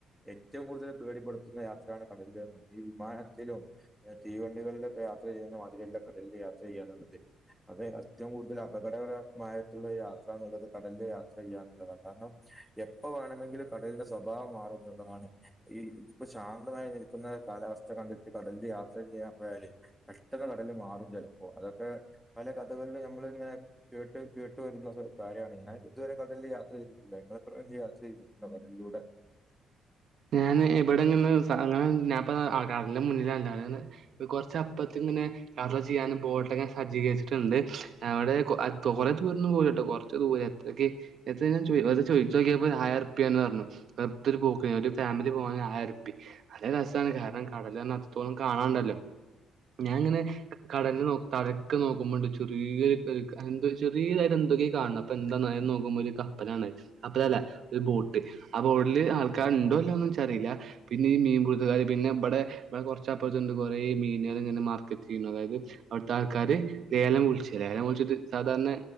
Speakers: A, in the centre; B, on the right.
A: ഏറ്റവും കൂടുതൽ പേടിപ്പെടുത്തുന്ന യാത്രയാണ് കടലില് എന്ന്. ഈ വിമാനത്തിലും തീവണ്ടികളിലൊക്കെ യാത്ര ചെയ്യുന്ന മാതിരിയല്ല കടലില് യാത്ര ചെയ്യാന്നുള്ളത്. അത് ഏറ്റവും കൂടുതൽ അപകടകരമായിട്ടുള്ള യാത്രാന്ന്ള്ളത് കടലിലെ യാ ത്ര ചെയ്യാന്നുള്ളതാ. കാരണം എപ്പ വേണമെങ്കിലും കടലിന്റെ സ്വഭാവം മാറും എന്നുള്ളതാണ്. ഈ ഇതിപ്പോ ശാന്തമായി നിൽക്കുന്ന കാലാവസ്ഥ കണ്ടിട്ട് കടലില് യാത്ര ചെയ്യാൻ പോയാല്, പെട്ടനെ കടല് മാറും ചെലപ്പോ അതൊക്കെ പല കഥകളിലും ഞമ്മൾ ഇങ്ങനെ കേട്ട് കേട്ട് വരുന്നൊരു കാര്യാണ്. ഞാന് ഇതുവരെ കടലില് യാത്ര ചെയ്തിട്ടില്ല. ഇങ്ങൾ എപ്പളെങ്കിലും യാത്ര ചെയ്തിട്ടുണ്ടോ കടലിലൂടെ?
B: ഞാന് ഇബടെങ്ങെനെ സ അങ്ങനെ ഞാൻ പ്പൊ ആഹ് കടല്ന്റെ മുന്നിലാ <unintelligible> കൊറച്ചപ്പത്ത് ഇങ്ങനെ യാത്ര ചെയ്യാനും ബോട്ടൊക്കെ സജ്ജീകരിച്ചിട്ടുണ്ട്. അവിടെ കൊ തോനെ ദൂരൊന്നും പോകൂലട്ടോ. കൊറ് ച്ച് ദൂരെ. എത്രെക്കി, എത്രേന്ന് ഞാൻ ചോയ് അത് ചോയ്ച്ചോക്കിയപ്പോ ഒരായിരം ഉർപ്പ്യാന്ന് പർഞ്ഞു. വെർതൊരു പോക്കിന് ഒരു ഫാമിലി പോകാനാ ആയിരുർപ്പി. നല്ല രസാണ് കാരണം കടലർഞാ അത്രത്തോളം കാണാണ്ടല്ലോ. ഞാൻങ്ങനെ കടൽല് നോ തലക്കെ നോക്കുമ്പണ്ട് ചെറിയൊരു എന്ത ചെറിയതായിട്ട് എന്തൊക്കെ കാണ് ണാ. അപ്പെന്താന്നറിയാൻ നോക്കുമ്പോരു കപ്പലാണത്. കപ്പലല്ല ഒരു ബോട്ട് ആ ബോട്ടില് ആൾക്കാര് ണ്ടോ ഇല്ലേന്നൊന്നും ഇച്ചറീല്ല. പിന്നെ ഈ മീൻ പിടുത്തകാര് പിന്നെ ഇബടെ ഇബടെ കൊർച്ചപ്പർത്ത്ണ്ട് കൊറേ മീനാള് ങ്ങനെ മാർക്കറ്റ് ചെയ്യ്ണ്. അതായത് അവ്ട്ത്താള്ക്കാര് ലേലം വിള്ച്ച ലേലം വിള്ച്ച്ട്ട് സാധാരണ